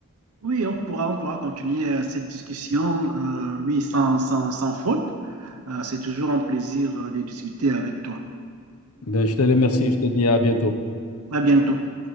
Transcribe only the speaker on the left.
Ben, je te remercie, je te dis à bientôt.